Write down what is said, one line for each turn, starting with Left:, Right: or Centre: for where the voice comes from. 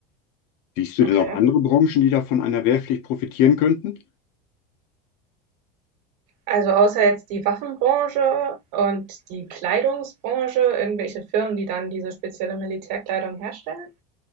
Left: Siehst du denn
Right: Okay.
Left: noch andere Branchen, die da von einer Wehrpflicht profitieren könnten?
Right: Also außer jetzt die Waffenbranche und die Kleidungsbranche, irgendwelche Firmen, die dann diese spezielle Militärkleidung herstellen.